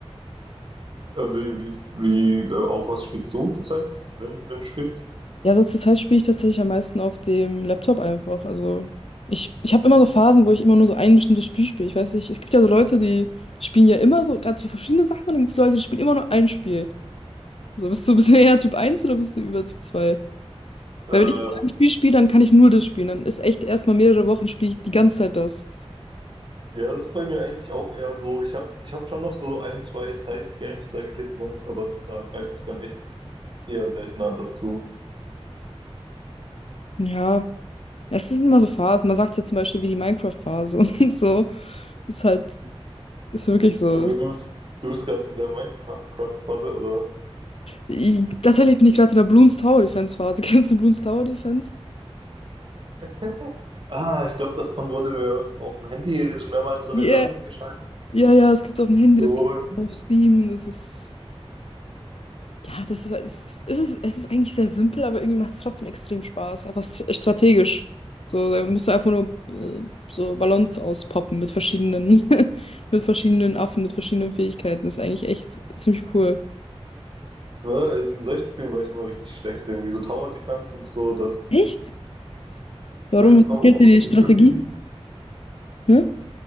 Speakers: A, on the right; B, on the left.
A: Und wie, wie, wie, äh, auf was spielst du zurzeit, wenn, wenn du spielst?
B: Ja, so zur Zeit spiele ich tatsächlich am meisten auf dem Laptop einfach. Also ich, ich habe immer so Phasen, wo ich immer nur so ein bestimmtes Spiel spiele. Ich weiß nicht, es gibt ja so Leute, die spielen ja immer so ganz viele verschiedene Sachen und dann gibt es Leute, die spielen immer nur ein Spiel. So, bist du, bist du <laughs> eher Typ eins oder bist du über Typ 2?
A: Äh,
B: Weil wenn ich ein Spiel spiele, dann kann ich nur das spielen. Dann ist echt erstmal mehrere Wochen spiele ich die ganze Zeit das.
A: ja, das ist bei mir eigentlich auch eher so. Ich habe ich hab schon noch so ein, zwei Side-Games, sage ich jetzt mal, aber da greife ich dann echt eher seltener dazu.
B: Ja, es sind immer so Phasen. Man sagt ja zum Beispiel wie die Minecraft-Phase <laughs> und so. Ist halt, ist wirklich so.
A: Aber du bist, du bist gerade in der Minecraft-Phase, oder?
B: Ich, tatsächlich bin ich gerade in der Bloons Tower Defense Phase. <laughs> Kennst du Bloons Tower Defense?
A: <laughs> Ah, ich glaube, davon wurde mir auf dem Handy mehrmals so
B: Ja,
A: eine Werbung geschaltet.
B: ja, ja, das gibt's auf dem Handy,
A: So,
B: das gibt's auf Steam. Das ist, ja, das ist, es es ist, es ist eigentlich sehr simpel, aber irgendwie macht es trotzdem extrem Spaß. Einfach s- strategisch. So, da musst du einfach nur äh, so Ballons auspoppen mit verschiedenen, <laughs> mit verschiedenen Affen, mit verschiedenen Fähigkeiten. Das ist eigentlich echt ziemlich cool.
A: War in solchen Spielen war ich immer richtig schlecht, irgendwie so Tower Defense und so, das.
B: Echt?
A: Ich
B: Warum
A: weiß nicht warum,
B: fehlt
A: aber
B: dir die
A: irgend-
B: Strategie?
A: irgendwie.
B: Hä?